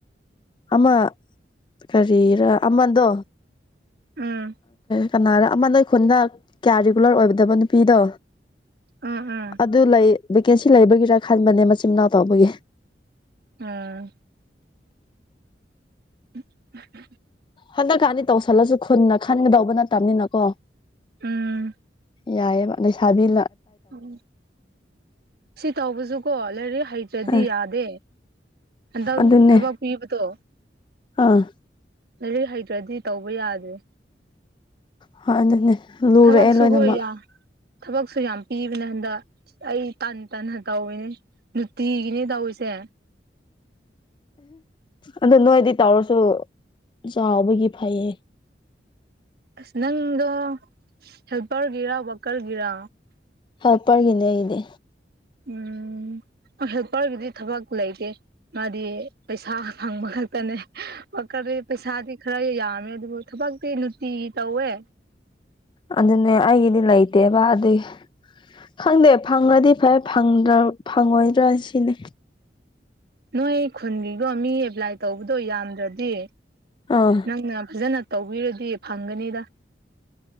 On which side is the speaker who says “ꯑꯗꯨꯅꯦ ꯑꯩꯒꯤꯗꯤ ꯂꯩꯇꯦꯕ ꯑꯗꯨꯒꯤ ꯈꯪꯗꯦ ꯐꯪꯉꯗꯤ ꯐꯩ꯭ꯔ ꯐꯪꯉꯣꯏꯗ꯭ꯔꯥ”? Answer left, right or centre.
Left